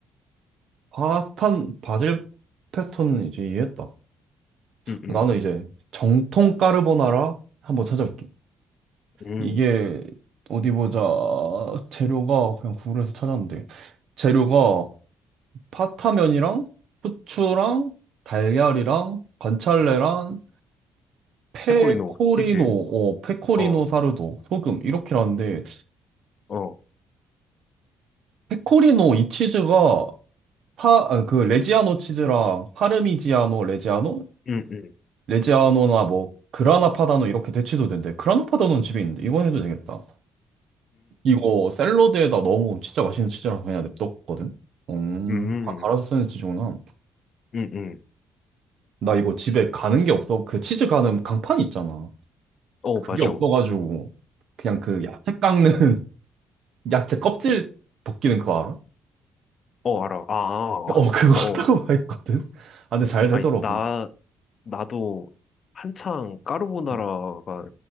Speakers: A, on the right (about 70°); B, on the left (about 50°).
A: 파스타, 바질 페스토는 이제 이해했다.
B: 응응
A: 나는 이제 정통 까르보나라 한번 찾아볼게.
B: 응응
A: 이게 어디 보자. 재료가 그냥 구글에서 찾았는데 재료가 파타면이랑 후추랑 달걀이랑 관찰레랑 페코리노,
B: 페코리노 치즈.
A: 어, 페코리노
B: 어
A: 사르도, 소금 이렇게라는데
B: 어.
A: 페코리노 이 치즈가 파, 아, 그 레지아노 치즈랑 파르미지아노, 레지아노,
B: 응응
A: 레지아노나 뭐 그라나 파다노 이렇게 대치도 된대. 그라나 파다노는 집에 있는데 이건 해도 되겠다. 이거 샐러드에다 넣어 먹으면 진짜 맛있는 치즈라서 그냥 냅뒀거든? 음,
B: 응응
A: 다 갈아서 쓰는 치즈구나.
B: 응응.
A: 나 이거 집에 가는 게 없어. 그 치즈 가는 강판 있잖아.
B: 어
A: 그게
B: 맞아.
A: 없어가지고,
B: 어
A: 그냥 그 야채 깎는, <laughs> 야채 껍질 벗기는 그거 알아?
B: 어 알아. 아 아, 아.
A: 어, <laughs> 그거 하다가
B: 어.
A: 했거든? 아, 근데 잘 되더라고.
B: 아니 나 나도 한창 까르보나라가
A: 음.